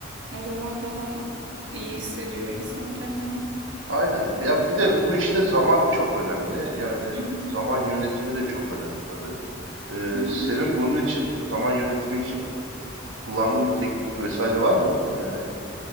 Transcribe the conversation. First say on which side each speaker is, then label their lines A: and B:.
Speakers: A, on the right; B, on the right.
A: o zaman daha iyi hissediyor insan kendini.
B: Aynen. Ya bir de bu işte zaman çok önemli. Yani
A: Hı hı.
B: zaman yönetimi de çok önemli tabii. Ee,
A: Hı hı.
B: senin bunun için zaman yönetimi için kullandığın bir teknik vesaire var mı? Yani